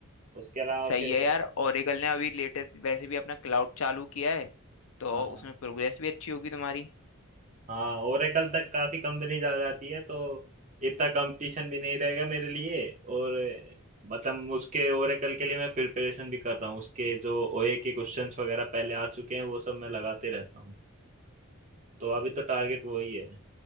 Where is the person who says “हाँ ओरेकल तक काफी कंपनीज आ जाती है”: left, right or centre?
Right